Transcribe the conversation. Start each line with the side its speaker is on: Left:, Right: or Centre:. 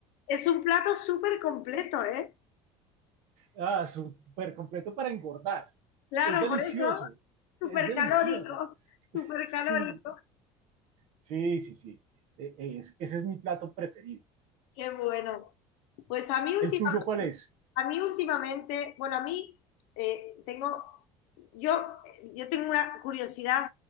Left: Es un plato súper completo, ¿eh?
Right: ah, súper completo para engordar.
Left: Claro,
Right: Es delicioso,
Left: por eso, súper
Right: es delicioso.
Left: calórico, súper
Right: Sí,
Left: calórico.
Right: sí, sí, sí. Eh, es, ese es mi plato preferido.
Left: Qué bueno. Pues a mí, última-
Right: ¿El tuyo cuál es?
Left: a mí últimamente, bueno, a mí eh, tengo, yo, yo tengo una curiosidad